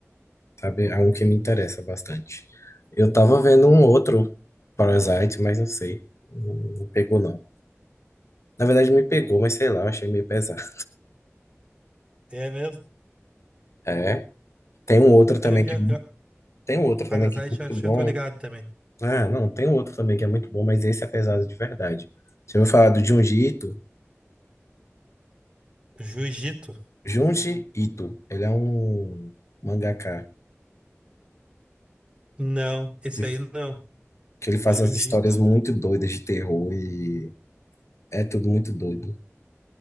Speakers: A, on the left; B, on the right.
A: sabe? É um que me interessa bastante. Eu tava vendo um outro Parasite, mas não sei. Não não pegou, não. Na verdade, me pegou, mas sei lá, eu achei meio pesado.
B: É mesmo?
A: É. Tem um outro também
B: É, eu vi,
A: que
B: eu,
A: é, mu- tem um outro
B: Parasite,
A: também que é muito
B: eu acho
A: bom.
B: que eu tô ligado também.
A: Ah, não, tem um outro também que é muito bom, mas esse é pesado de verdade. Você ouviu falar do Junji Ito?
B: Jiu-Jitsu?
A: Junji Ito, ele é um mangaka
B: Não, esse
A: que,
B: aí não.
A: que ele faz
B: Jiu-Jitsu.
A: umas histórias muito doidas de terror e é tudo muito doido.